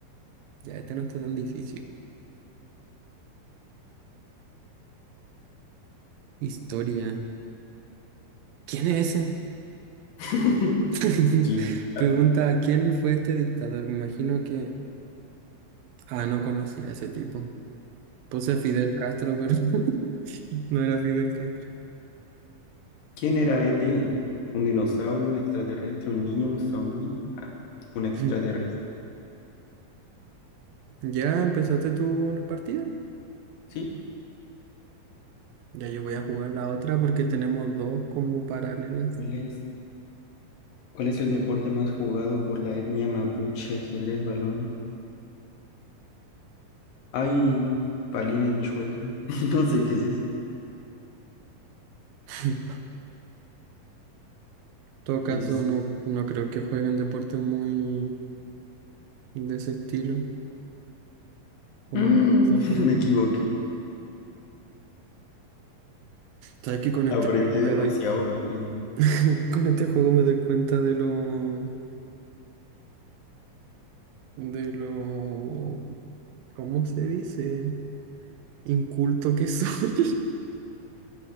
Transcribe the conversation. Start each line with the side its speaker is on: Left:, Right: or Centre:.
Right: Ya, este no está tan difícil. Historia. ¿Quién es ese?
Left: <laughs>
Right: <laughs>
Left: ¿Quién,
Right: Pregunta,
Left: ah,
Right: ¿quién fue este dictador? Me imagino que... Ah, no conocía a ese tipo. Puse a Fidel Castro, pero <laughs> no era Fidel Castro.
Left: quién era ET? ¿Un dinosaurio, un extraterrestre, un niño, un zombie? Ah, un extraterrestre.
Right: <laughs> Ya empezaste tú una partida.
Left: Sí.
Right: Ya yo voy a jugar la otra porque tenemos dos como paralelas.
Left: ¿Cuál es, cuál es el deporte más jugado por la etnia mapuche? Ajedrez, balón. Ay, palina en chueca. <laughs> No sé qué es eso.
Right: <laughs> En todo caso,
Left: ¿Quién es
Right: no, no creo que jueguen deportes muy de ese estilo, como
Left: Mm,
Right: sajones.
Left: <laughs> me equivoqué.
Right: Sabes que con este
Left: Apreté
Right: juego me
Left: <laughs> demasiado
Right: doy,
Left: rápido.
Right: <laughs> con este juego me doy cuenta de lo, de lo, ¿cómo se dice? Inculto que soy.